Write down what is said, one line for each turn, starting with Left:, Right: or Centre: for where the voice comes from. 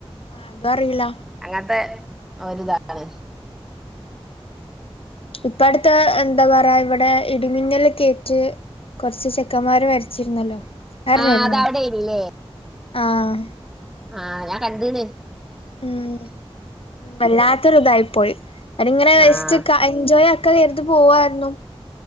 Left: ആ എന്താ അറിയില്ല
Centre: അങ്ങത്തെ ഒര്താണ്
Left: ഇപ്പടുത് എന്താ പറയാ ഇവിടെ ഇടിമിന്നലക്കേറ്റ് കൊർച്ച് ചെക്കന്മാര് മര്ച്ചിരുന്നല്ലോ അഹ് അർഞ്ഞിര്ന്നോ
Centre: ആ അതവിടെ ഇനില്ലേ
Left: ആഹ്
Centre: ആഹ് ഞാൻ കണ്ട്ണ്
Left: ഉം വല്ലാത്തൊരു തായിപ്പോയി അരിങ്ങനെ വസ്റ്റ്
Centre: ആഹ്
Left: ക എൻജോയ്ആക്ക കരുതി പോവാരുന്നു